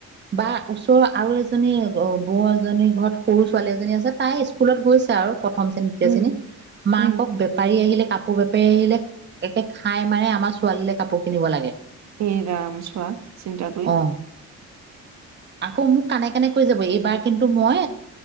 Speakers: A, on the right (about 35°); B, on the right (about 65°).
A: বা ওচৰৰ আৰু এজনী বৌ এজনী ঘৰত সৰু ছোৱালী এজনী আছে তাই স্কুলত গৈছে আৰু প্ৰথম শ্ৰেণী, দ্বিতীয়
B: উম
A: শ্ৰেণী, মাকক
B: উম
A: বেপাৰী আহিলে কাপোৰ বেপাৰী আহিলে একে খাই মাৰে আমাৰ ছোৱালীলে কাপোৰ কিনিব লাগে।
B: হেৰাম চোৱা চিন্তা কৰি
A: অ আকৌ মোক কানে- কানে কৈ যাব এইবাৰ কিন্তু মই